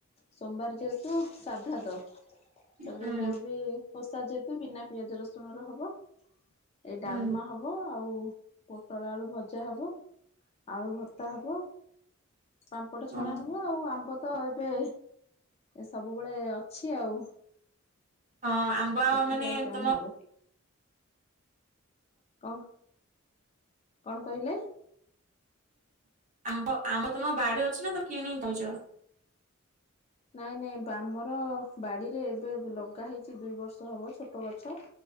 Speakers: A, on the left; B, on the right.
A: ସୋମବାର ଯେହେତୁ ସାଧା ତ ତାପରେ
B: ହୁଁ
A: ମୋର ବି ଓ ଶା ଯେହେତୁ ବିନା ପିଆଜ ରସୁଣ ର ହବ। ଏଇ
B: ହୁଁ
A: ଡାଲମା ହବ ଆଉ ପୋଟଳ ଆଳୁ ଭଜା ହବ, ଆଳୁ ଭତ୍ ର୍ତା ହବ ପାମ୍ପଟ ଛଣା
B: ଓହୋ
A: ହବ, ଆଉ ଆମ୍ବ ତ ଏବେ ସବୁବେଳେ ଅଛି ଆଉ।
B: ହଁ ଆମ୍ବ
A: ଏତିକି
B: ମାନେ
A: ଆଇଟମ
B: ତୁମ
A: ହବ କଙ୍କ କଣ କହିଲେ?
B: ଆମ୍ବ ଆମ୍ବ ତମ ବାଡିରେ ଅଛି ନା ତମ କିଣିକି କଉଛ।
A: ନାଇଁ ନାଇଁ ଆମର ବାଡିରେ ଏବେ ଲଗା ହେଇଛି ଦୁଇ ବର୍ଷ ହବ ଛୋଟ ଗଛ